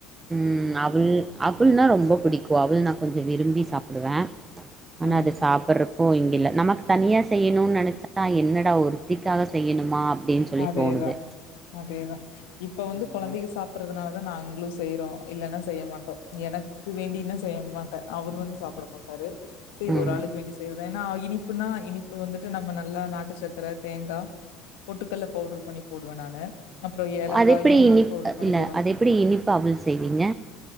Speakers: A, on the right (about 20°); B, on the left (about 70°).
A: ம் அவுல் அவுல்னா ரொம்ப புடிக்கும் அவுலா நா கொஞ்சம் விரும்பி சாப்டுவே ஆனா
B: ஆ
A: அது சாப்பறப் போ இங்க இல்ல நமக்கு தனியா செய்யனுன் நெனச்சா என்னடா ஒருத்திக்காக செய்யனுமா அப் டின் சொல்லி
B: அதேதான்,
A: தோணுது
B: அதேதான். இப்ப வந்து
A: ஆமா
B: கொழந்தைக்கு சாப்பறதுனால தா நாங்களும் செய்யறோம் இல்லன்னா செய்ய மாட்டோம் எனக் கு வேண்டியனு செய்ய மாட்ட அவரு வந்து சாப்ட மாட்டாரு சி
A: ம்
B: ஒரு ஆளுக்கு வேண்டி செய்யறதா ஏன்னா இனிப்புன்னா இனிப்பு வந்துட்டு நம்ம நல்லா நாட்டு சக்கர தேங்கா பொட்டுக்கல்ல பவுடர் பண்ணி போடுவே நானு அப்புறோ ஏலக்காயு
A: அது எப்டி இனிப்
B: பவுடர் பண்ணி
A: இல்ல
B: போடுவே.
A: அது எப்டி இனிப்பா அவுல் செய்வீங்க